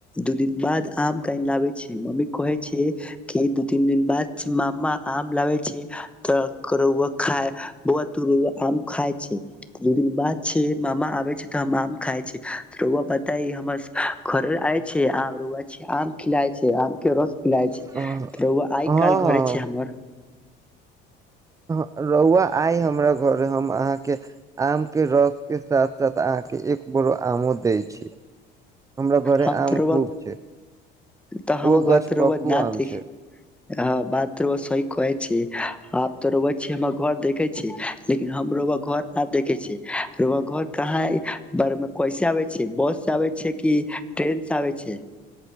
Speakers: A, in the centre; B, on the right (about 15°).
A: दू दिन बाद आम कान लाबे छै मम्मी कहे छै कि तीन दिन बाद छै मामा आम लाबे छै तऽकरौआ खाय बौआ तोआ आम खााय छै दू दिन बाद छै मामा आबे छै तऽ हम आम खााय छै रआ बता हमर घरे आइ छै आम रआ छै आम खिलाय छै आम के रस पिलाय छै
B: हँ
A: त रउआ आइ
B: हँ
A: काल् घरे छै हमर
B: रहुआ आइ हमरा घर हम अहाँके आम के रसके साथ साथ अहाँके एक बोरो आमो दै छी हमरा घर
A: हम
B: आम
A: तऽ रौआ
B: खूब छै
A: तऽ हम
B: ओ
A: घर
B: गछ
A: तऽ रउआ
B: पक्कू
A: न
B: आम
A: देख
B: छै
A: ह बात रउआ सही कह छी आब तो रउआ छी हम घर देखे छी लेकिन हम रउआ घर नहि देखे छी घर कहाँ है बारे में क <unintelligible> बस से आबै छै कि ट्रेन्स से आबे छिये